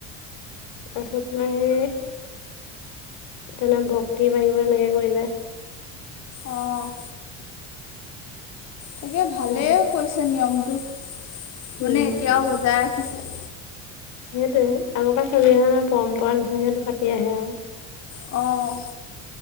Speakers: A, on the left; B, on the left.
A: তাপাছত তোমাৰ সেই- তেনে ভক্তি বাঢ়িব এনেকে কৰিলে।
B: অঁ' তাকে ভালেই
A: তাৰপিছত
B: কৰিছে নিয়মটো,
A: উম।
B: মানে এতিয়াও বজাই ৰাখিছে।
A: সেইটোৱে, আগৰ পৰা চলি আহা নাই পৰম্পৰা নিচনাকে সেইটো পাতি আহে আও।
B: অঁ'